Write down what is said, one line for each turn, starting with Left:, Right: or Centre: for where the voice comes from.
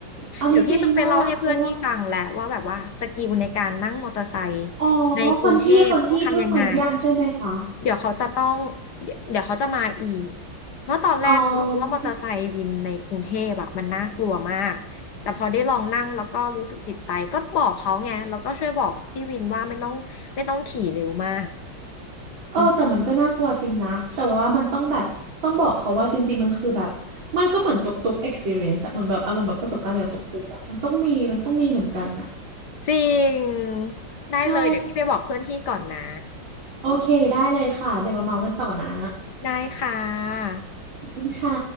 Right: อันนี้จริงมากคือว่า
Left: เดี๋ยวพี่ต้องไปเล่าให้เพื่อนพี่ฟังแหละว่าแบบว่าสกิลในการนั่งมอเตอร์ไซค์
Right: อ๋อ
Left: ในกรุงเทพต้องทำยังไง
Right: คนที่คนที่เพิ่งมาเยี่ยมใช่ไหมคะ
Left: เดี๋ยวเขาจะต้องเดี๋ยวเดี๋ยวเขาจะมาอีก เพราะตอนแรกเขาบอกว่ามอเตอร์ไซค์วินในกรุงเทพอะมันน่ากลัวมาก
Right: อ๋อ
Left: แต่พอได้ลองนั่งแล้วก็รู้สึกติดใจ ก็บอกเขาไงแล้วก็ช่วยบอกพี่วินว่าไม่ต้องไม่ต้องขี่เร็วมาก
Right: เออแต่มันก็น่ากลัวจริงนะแต่ว่ามันต้องแบบต้องบอกเขาว่าจริงๆมันคือแบบมันก็เหมือนตุ๊กตุ๊ก
Left: อืม
Right: experience อะเหมือนแบบอารมณ์แบบประสบการณ์เกี่ยวกับตุ๊กตุ๊กอะมันต้องมีมันต้องมีเหมือนกันอะ
Left: จริงได้เลยเดี๋ยวพี่ไปบอกเพื่อนพี่ก่อนนะ
Right: ใช่ โอเคได้เลยค่ะเดี๋ยวมาเมากันต่อนะ
Left: ได้ค่ะ
Right: ขอบคุณค่ะ